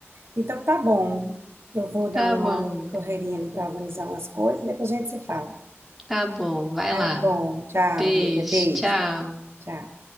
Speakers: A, on the right; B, in the centre.
A: Então tá bom. Eu vou
B: Tá
A: dar uma
B: bom,
A: correrinha ali para organizar umas coisas e depois a gente se fala.
B: Tá bom, vai
A: Tá
B: lá.
A: bom. Tchau,
B: Beijo,
A: amiga. Beijo.
B: tchau.
A: Tchau.